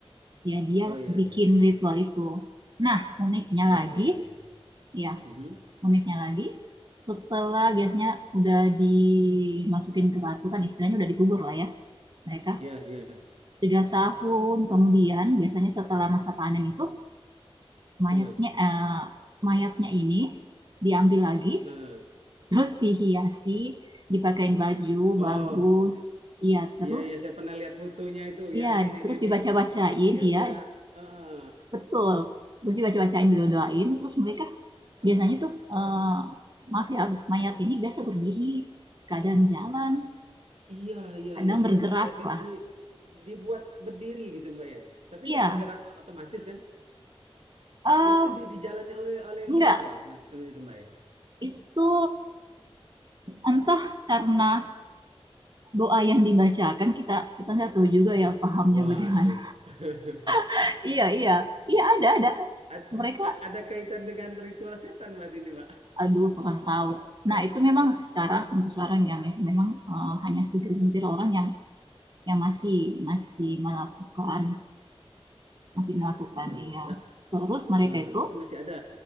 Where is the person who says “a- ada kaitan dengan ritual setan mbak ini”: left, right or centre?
Right